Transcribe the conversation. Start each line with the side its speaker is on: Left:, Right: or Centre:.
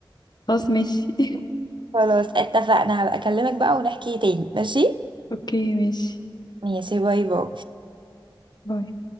Left: خلاص ماشي <laughs>
Right: خلاص اتفقنا هبقى اكلمك بقى ونحكي تاني ماشي
Left: اوكي ماشي
Right: ماشي باي باي
Left: باي